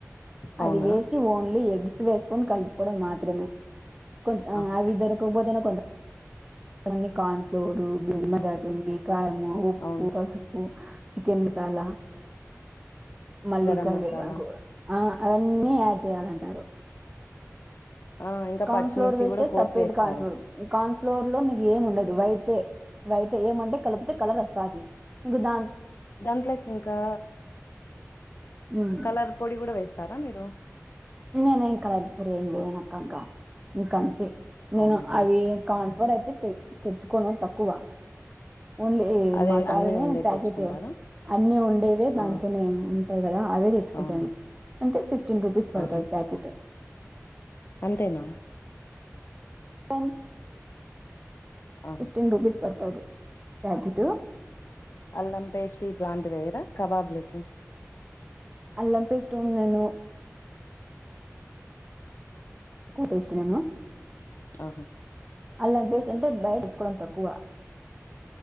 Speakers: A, on the left (about 45°); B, on the right (about 15°).
A: అవునా
B: అది వేసి ఓన్లీ ఎగ్స్ వేసుకొని కల్ కోవడం మాత్రమే కొంచ్
A: ఆహా
B: అవి దొరకాకపోతేనే కొంత కొంతమంది కార్న్ ఫ్లోరు బీరిమరి అయిపొయింది. కాయము, ఉప్పు,
A: అవును
B: పసుపు, చికెన్ మసాలా మళ్ళీ
A: గరం
B: కరివేపాకు
A: మసాలా
B: కుడా ఆ అవన్నీ యాడ్ చేయాలంటారు.
A: ఆ ఇంకా
B: కౌన్
A: పచ్చిమిర్చి
B: ఫ్లోర్ వేస్తే
A: కూడా కోసి
B: సప్రెట్
A: వేస్తారు
B: కాన్ ఫ్లోర్ కాన్ ఫ్లోర్ లో నీకేం ఉండదు వైటే వైటే ఏమంటే కలుపుతే కలర్ వస్తాది ఇగ దా
A: దాంట్లకి ఇంకా
B: ఉమ్.
A: కలర్ పొడి కుడా వేస్ స్తారా మీరు
B: నేనే కలర్ ఇప్పుడేం వెయ్యానాక్క ఇంకా ఇంక అంతే నేను
A: అవునా
B: అవి కా ఎవరైతే తె తెచ్చుకోను తక్కువ ఓన్లీ
A: అదే
B: మసాలానే
A: అన్ని ఉండేది
B: ప్యాకిటు
A: తెచ్చుకుంటారా
B: అన్ని ఉండేవే దాంతోనే
A: ఆ
B: ఉంటయి కదా అవే తెచ్చుకుంటాను
A: అవును
B: అంటే ఫిఫ్టీన్ రూపీస్ పడ్తది
A: ఆహా
B: ప్యాకిటు
A: అంతేనా
B: సన్
A: ఆహా
B: ఫిఫ్టీన్ రూపీస్ పడతది ప్యాకిటు
A: అల్లం పేస్ట్ ఇట్లాంటి వేయ్యరా కబాబ్లకి
B: అల్లం పేస్ట్ ఉండే ఎన్నో <unintelligible> పేస్ట్ వేణు
A: ఆహా
B: అల్లం పేస్ట్ అంటే బయట్ తెచ్చుకోవడం తక్కువ